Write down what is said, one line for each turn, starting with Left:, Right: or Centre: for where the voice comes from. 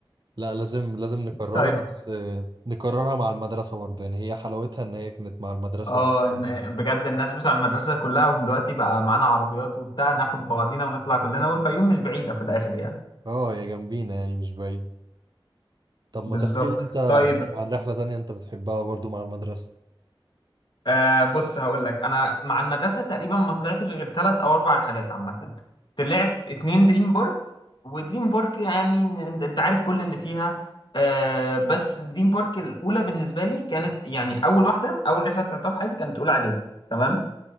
Right: لا لازم لازم نكررها
Left: طيب
Right: بس نكررها مع المدرسة برضه يعني هي حلاوتها إن هي كانت مع المدرسة
Left: اه
Right: وصحاب
Left: إن-
Right: المدرسة
Left: بجد الناس بتوع المدرسة كلها ودلوقتي بقى معانا عربيات وبتاع ناخد بعضينا ونطلع كلنا والفيوم مش بعيدة في الاخر يعني
Right: اه هي جنبينا يعني مش بعيد طب ما
Left: بالظبط
Right: تحكي لي أنت عن
Left: طيب
Right: عن رحلة تانية أنت بتحبها برضه مع المدرسة
Left: آه بص هقول لك انا مع المدرسه تقريبا ما طلعتش غير ثلاث او اربع رحلات عامه طلعت اتنين دريم بارك ودريم بارك يعني انت انت عارف كل اللي فيها آه بس دريم بارك الاولى بالنسبه لي كانت يعني اول واحده اول رحله طلعتها في حياتي كانت اولى اعدادي تمام